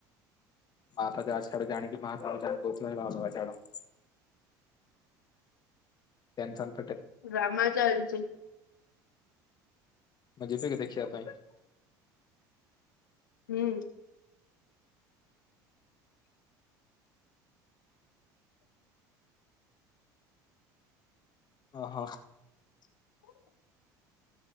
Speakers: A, on the left (about 45°); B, on the left (about 80°).
A: ପାଠ ଯା ଛାଡିକି ଆଣିକି ମା ପାଖୁ ଛାଡିକି କହୁଥିଲା ବାବା ପାଖେ ଛାଡ। ଟେନସନ୍
B: ଡ୍ରାମା ଚାଲଚି।
A: ମୁଁ ଯିବି କି ଦେଖିବା ପାଇଁ?
B: ହୁଁ।
A: ଓ ହୋ।
B: <inaudible>